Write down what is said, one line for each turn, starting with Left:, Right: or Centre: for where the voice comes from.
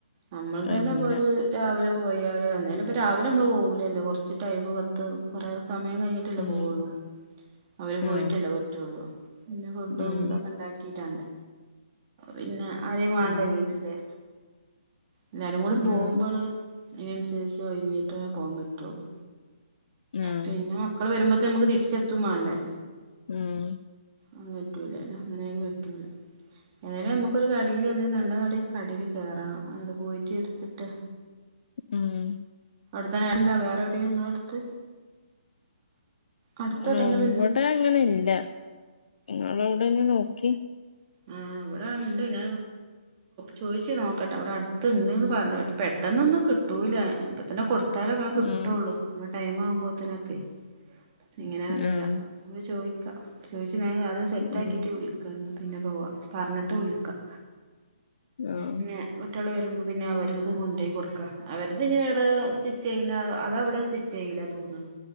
Right: നമ്മൾ
Left: കഴിയൂല
Right: തന്നെ പോയാൽ രാവിലെ പോയാലും എന്നേറ ഇപ്പ രാവിലെ നമ്മള് പൗലാലോ കുറച്ച് ടൈമ് പത്ത് കുറെ ഡിസം സമയം കഴിഞ്ഞിട്ടല്ലേ
Left: ഉം
Right: പോവുള്ളൂ അവര് പോയിട്ടല്ലോ
Left: ആഹ്
Right: പറ്റുള്ളൂ പിന്നെ ഫുഡും
Left: ഉം
Right: ഇതൊക്കെ ഉണ്ടാക്കിട്ടാണ്ട് പിന്നെ ആരേ വണ്ടെ
Left: ഉം
Right: വീട്ടില് എല്ലാരും കൂടി
Left: ആഹ്
Right: പോകുമ്പോള് അതിന് അനുസരിച്ച് ഓഴിഞ്ഞിട്ട് പോകാൻ പറ്റുള്ളു
Left: ആഹ്
Right: പിന്നെ മക്കൾ വരുമ്പോത്തേ നമുക്ക് തിരിച്ചെത്തും വേണ്ടേ
Left: ഉം
Right: അത് പറ്റൂലല്ല അങ്ങനൊയാലും പറ്റൂല ഏതായാലും നമു നക്ക ഒരു കടൽ എന്തേ നല്ല നട കടൽ കേയറണം അത് പോയിട്ട് എടുത്തിട്ട്
Left: ഉം
Right: അവിടെത്തന്നെ ണ്ടാ വേറെ എവിടെയ നിങ്ങളൾ അടുത്ത് അടുത്ത് എവിടെയെങ്കിലും
Left: ആ ഇവിടെ
Right: ഇണ്ടോ
Left: അങ്ങനെ ഇല്ല നിങ്ങവിടെന് നോക്കി
Right: ആ അവിടെ ഇണ്ട് ഞാ ചോദിച്ചു നോക്കട്ടെ അവിടെ അടുത്തണ്ട്ന്ന് പറഞ്ഞ കേട്ട് പെ പെട്ടന്നൊന്നും കിട്ടൂല ഇപ്പ തന്നെ കൊടു കത്താല വേൻ കിട്ടുള്ളു
Left: ഉം
Right: നമ്മ ടൈം ആവുമ്പോഴത്തനൊക്കെ ഇങ്ങനെ അറിയില്ലട്
Left: ആഹ്
Right: ചോദിക്കാം ചോദിച്ച ഞാൻ അത് സെറ്റ
Left: ഉം
Right: ആക്കിട്ട് വിളിക്കു പിന്നെ പോവാ പറഞ്ഞിട്ട് വിളിക്കാം
Left: ആഹ്
Right: പിന്നെ കുട്ടികകൾ വരുമ്പോൾ പിന്നെ അവർ ഇത് കൊണ്ടപയി കൊടുക്കാം അവർത് ഇനി ഇവിടെ സ്റ്റിച്ച് ചെയ്യ അതവിടെ സ്റ്റിച്ച് ചെയ്യണം ല്ല തോന്നണം